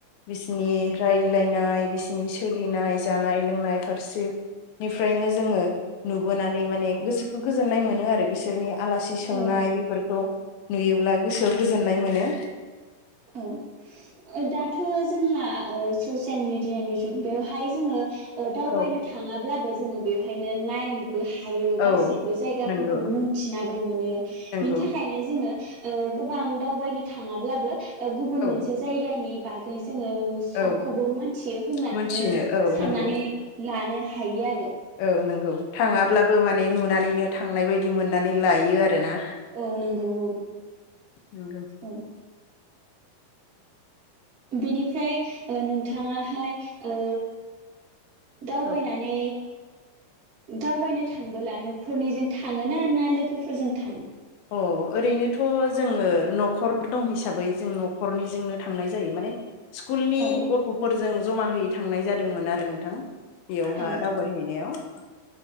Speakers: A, on the left (about 75°); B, on the right (about 30°).
A: बिसिनि रायलायनाय बिसिनि सोलिनाय जानाय लोंनाय फारसे निफ्रायनो जोङो नुबोनानै माने गोसोखौ गोजोननाय मोनो आरो बिसोरनि आलासि सोंनाय
B: औ
A: बेफोरखौ नुयोब्ला गोसोआव गोजोननाय मोनो।
B: औ दाथ' जोंहा ओ ससियेल मिडियानि जु ग बेवहाय जोङो दावबायनो
A: औ
B: थाङाब्लाबो जोङो बेवहायनो नायनो हायो गासैबो
A: औ
B: जायगाफोरखौ
A: नंगौ
B: मोनथिनाबो मोनो बिनि
A: नंगौ
B: थाखायनो जोङो ओ गोबां दावबायनो थाङाब्लाबो गुबुन
A: औ
B: मोनसे जायगानि बागै जोङो सबखौबो
A: औ
B: मोनथियो होननानैनो
A: मोनथिनो औ
B: साननानै
A: नंगौ
B: लानो हायो आरो
A: औ नंगौ नों थाङाब्लाबो
B: औ
A: माने नुनानैनो थांनाय बायदि मोननानै लायो आरोना
B: औ नंगौ औ
A: नंगौ
B: औ बेनिफ्राय नोंथाङाहाय ओ दावबायनानै
A: औ
B: दावबायनो थांबोला न'खरनिजों थाङोना ना लोगोफोरजों थां
A: अ ओरैनोथ' जोङो न'खर दं हिसाबै जों न'खरनिजोंनो थांनाय जायो माने स्कुलनि
B: औ
A: गथ'फोरजों जमा होयै थांनाय जादोंमोन आरो नों थां बेयावहा
B: औ
A: दावबायहैनायाव